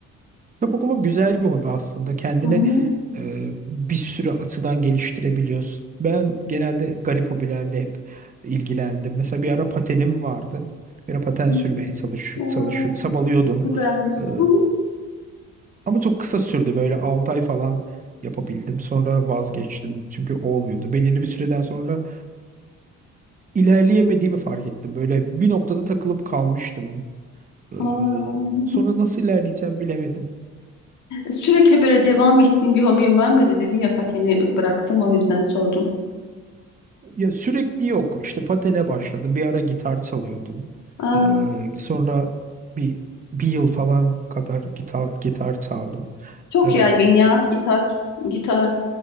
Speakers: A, on the right; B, on the left.
A: Kitap okumak güzel bir hobi aslında. Kendini
B: Hı hı.
A: e, bir sürü açıdan geliştirebiliyorsun. Ben genelde garip hobilerle hep ilgilendim. Mesela bir ara patenim vardı. Bir ara paten
B: Hı.
A: sürmeye çalış,
B: Aa,
A: çalış çabalıyordum.
B: çok güzelmiş.
A: E,
B: Hı hı.
A: ama çok kısa sürdü. Böyle 6 ay falan yapabildim. Sonra vazgeçtim. Çünkü olmuyordu. Belirli bir süreden sonra ilerleyemediğimi fark ettim. Böyle bir noktada takılıp kalmıştım. E,
B: Aa,
A: sonra nasıl ilerleyeceğim bilemedim.
B: sürekli böyle devam ettiğim bir hobin var mıydı dedin ya pateni bıraktım o yüzden sordum.
A: Ya sürekli yok. İşte patene başladım. Bir ara gitar çalıyordum.
B: Aa,
A: Ee, sonra bir bir yıl falan kadar gitar gitar çaldım.
B: Çok
A: Ee,
B: yaygın ya gitar. Gitar